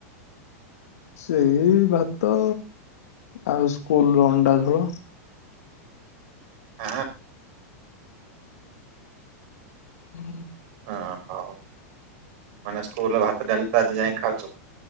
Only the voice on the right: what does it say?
ଆଁ
ହଁ ହଉ। ମାନେ ସ୍କୁଲ ଭାତ ଡାଲି ତ ଆଜି ଯାଇି ଖାଉଛ।